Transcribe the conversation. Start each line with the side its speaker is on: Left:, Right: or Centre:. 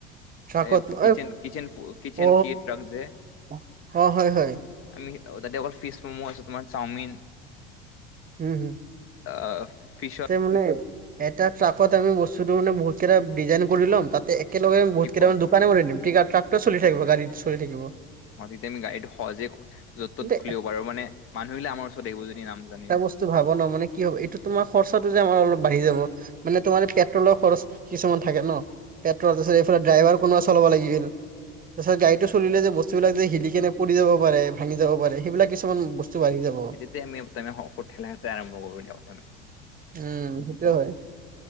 Right: ট্ৰাকত
Left: এই কিচেন কিচেন কিচেন
Right: অ',
Left: কিএ ট্ৰাক যে
Right: অ', হয়, হয়,
Left: আমি তাতে অকল ফিচ ম'ম' আছে তোমাৰ চাওমিন
Right: হুম
Left: অ ফিছৰ
Right: মানে এটা ট্ৰাকত আমি বস্তুটো মানে বহুতকেইটা ডিজাইন কৰি ল'ম তাতে একেলগে
Left: কি
Right: বহুত
Left: কোৱা
Right: কেইটামান দোকানে বনাই দিম ট্ৰে ট্ৰাকটো চলি থাকিব গাড়ীটো চলি থাকিব
Left: অ তেতিয়া আমি গাড়ীটো সহজে য'ত ত'ত
Right: কিন্তু
Left: খুলিব পাৰো মানে মানুহবিলাক আমাৰ ওচৰত আহিব যদি নাম জানে
Right: তো ভাব ন মানে কি হব এইটো তোমাৰ খৰচাটো যে আমাৰ অলপ বাঢ়ি যাব। মানে তোমাৰ পেট্ৰলৰ খৰচ কিছুমান থাকে ন। পেট্ৰলত
Left: অ
Right: আছিল এইফালে ড্ৰাইভাৰ কোনোবা চলাব লাগিল। তাৰ পিছত গাড়ীটো চলিলে যে বস্তুবিলাক হিলি কেনে পৰি যাব পাৰে ভাঙি যাব পাৰে সেইবিলাক ইচ কিছুমান বস্তু বাঢ়ি যাব।
Left: তে মিউক তেনে ওষদ থেলাতে আৰম্ভ কৰো তেনেহলে।
Right: উম সেইটোৱে হয়।